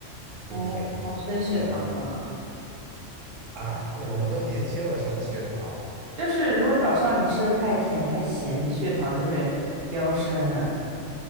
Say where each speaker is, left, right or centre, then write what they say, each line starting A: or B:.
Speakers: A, on the right (about 80°); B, on the right (about 55°).
A: 就是甜的水果，
B: 哦，升血糖啊，
A: 酸的水果啊，这我们都年轻了，什么血糖？
B: 就是如果早上你吃的太甜太咸，你的血糖就会飙升啊。